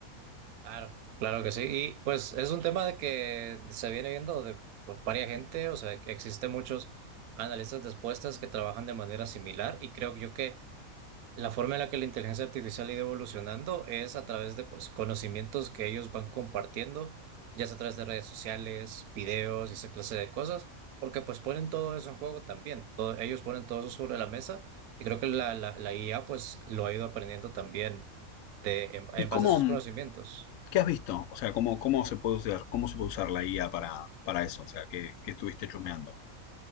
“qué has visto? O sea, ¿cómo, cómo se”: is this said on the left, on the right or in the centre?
Left